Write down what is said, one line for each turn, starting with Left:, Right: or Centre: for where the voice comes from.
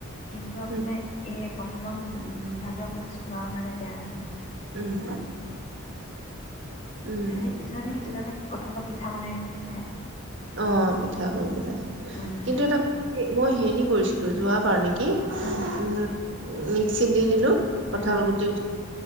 Left: কিন্তু আপোনাৰ
Right: উম
Left: এই কঠালৰ মিঠাটোৱে আপোনাৰ চুগাৰৰ কাৰণে বেয়া নহয়।
Right: উম। উম
Left: এ সেই কিছুমান সেইটো কাৰণে কঠালৰ পিঠা বনাই পিনে খায়।
Right: অ', পিঠা কৰি পেলাই
Left: উম,
Right: কিন্তু এটা মই হেৰি কৰিছো। ছিলো যোৱা বাৰ নেকি কি
Left: উম,
Right: উম মিক্সিত দি দিলো কথাল
Left: উম,
Right: গুটি উঠি